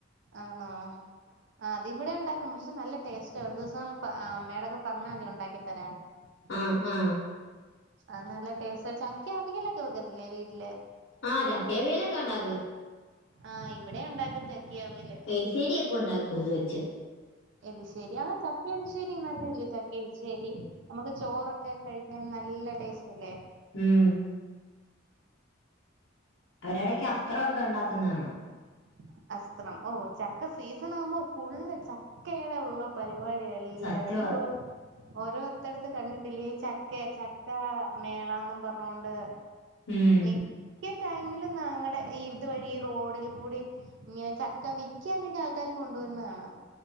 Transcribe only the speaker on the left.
ആഹ് ആഹ്
ആ ചക്കേവിയലൊക്കെ ഉണ്ടാക്കും
പെരിശരിയക്കെ ഉണ്ടാക്കും അത് വെച്ച്
ഉം അവരടയ്ക്ക് അത്രക്കെ ഉണ്ടാക്കുന്ന കാണാം
സത്യവാ
ഉം